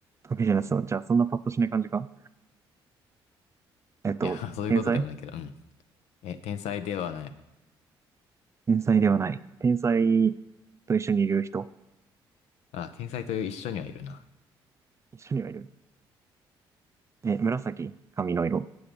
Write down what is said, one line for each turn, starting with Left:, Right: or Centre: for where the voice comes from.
Right: わけじゃないですよ。じゃあ、そんなパッとしない感じかえっと、
Left: いや、<laughs> そういうことでもないけど、
Right: 天才
Left: うん。え、天才ではない。
Right: 天才ではない。天才と一緒にいる人
Left: あ、天才という一緒にはいるな。
Right: 一緒にはいるえ、紫髪の色。